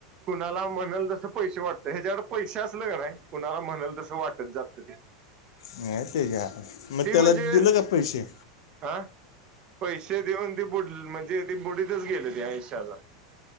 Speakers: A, on the right; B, on the left.
A: कुणाला म्हणल तसं पैसे वाटतय ह्याजकड पैसे असल कनई कुणाला म्हणल तसं वाटत जातं ते.
B: नाही तेच्या मग
A: ती
B: त्याला
A: म्हणजे
B: दिलं का पैशे
A: हा पैसे देऊन ते बुड म्हणजे ते बुडीतच गेल ते ऐंशी हजार.